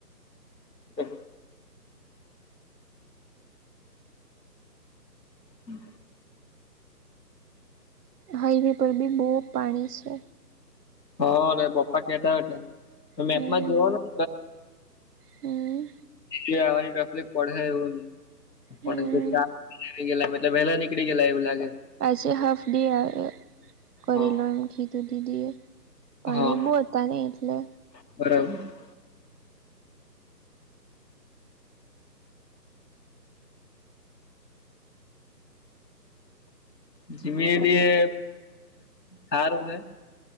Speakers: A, on the left; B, on the right.
A: હ. હમ્મ.
B: હાઈવે પર બી બહુ પાણી છે.
A: હા અ પપ્પા કેતા હો મેપમાં
B: હમ્મ
A: જોવાનું.
B: હમ્મ.
A: <inaudible> આવાની ટફલેક પડે
B: હમ્મ
A: <inaudible> થઈ ગેલા મલે વહેલા નીકળ ગે એવું લાગે.
B: આજે હાફ ડે આવે. કરી
A: હા
B: લો એમ કીધું દીદી એ પાણી
A: હા
B: બહુ હતા નહી એટલે
A: બરાબર. જીમી દ એ હારું હે?.